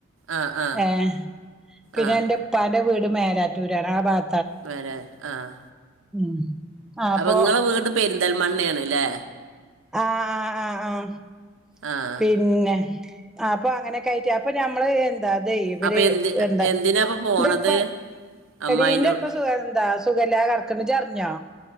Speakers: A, on the right; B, in the centre.
A: ആഹ് ആഹ്
B: ഏഹ് പിന്നെ
A: ആഹ്
B: എന്റെ ഉപ്പാൻ്റെ വീട് മേലാറ്റൂരാണ്. ആ ഭാഗ
A: വേരാ ആഹ്
B: ഉം ആ അപ്പൊ
A: അപ്പോൾ നിങ്ങളെ വീട് പെരിന്തൽമണ്ണ ആണ്ല്ലേ?
B: ആഹ് ആഹ് ആഹ് ആഹ്
A: ആഹ്
B: പിന്നെ ആഹ് അപ്പൊ അങ്ങനൊക്കെ ആയിട്ട് അപ്പൊ നമ്മള്. അതെ ഇവര്
A: അപ്പൊ എന്തി
B: എന്താ
A: എന്തിനാപ്പൊ പോണത്
B: വെപ്പ്
A: അമ്മായിന്റെ
B: എടി നിൻ്റെ
A: കൂടെ
B: ഉപ്പ സുഖാ എന്താ സുഖമില്ലാതെ കിടക്ക്ണ്ട്. ച് അറിഞ്ഞോ?